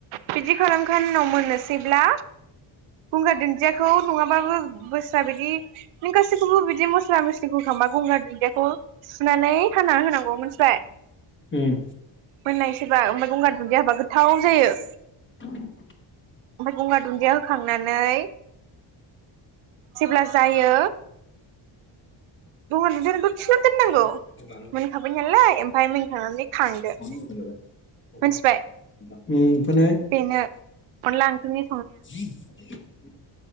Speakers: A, on the right; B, on the left.
A: बिदि खालामखांना उनाव मोननोसैब्ला गंगार दुन दुन्दियाखौ नङाबाबो बोस्रा बिदि नों गासिखौबो बिदि मस्ला मस्लि होखा गंगार दुन्दियाखौ सुनानै हाना होनांगौ। मोनथिबाय?
B: उम।
A: मोननायसैबा ओमफ्राय गंगार दुन्दिया होबा गोथाव जायो।
B: <inaudible>
A: ओमफ्राय गंगार दुन्दिया होखांनानै जेब्ला जायो दङ दाथ' खिथु दोननांगौ
B: उम
A: मोनखाबाय नालाय ओमफ्राय मोनखांनानै खांदो।
B: <unintelligible>
A: मिथिबाय बेनो अनला ओंख्रि
B: <inaudible>